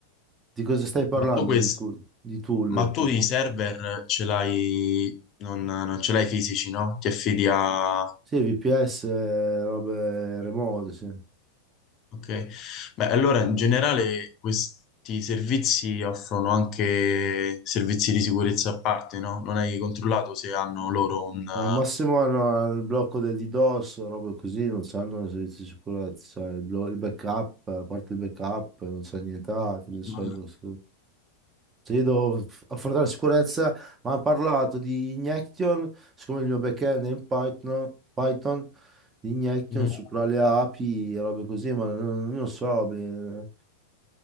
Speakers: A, on the right; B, on the left.
A: di cosa stai parlando
B: Ma tu Vabbè, questo...
A: di tool? Di tool?
B: Ma tu i server ce l'hai, non, non ce l'hai fisici, no? Ti affidi a...
A: Sì, VPS, eh, robe remote, sì.
B: Ok. Beh, allora in generale questi servizi offrono anche servizi di sicurezza a parte, no? Non hai controllato se hanno loro un... eh,
A: Al massimo hanno il blocco del DDoS, robe così, non sanno i servizi di sicurezza, cioè il, blo- il backup, a parte il backup, non sa nient'altro di solito.
B: mm,
A: sì. Se io devo f- affrontare la sicurezza, ma hanno parlato di Injection, siccome il mio backend è in Python, Python di Injection
B: mm, mm.
A: su tra le API e robe così, ma non, non lo so, beh,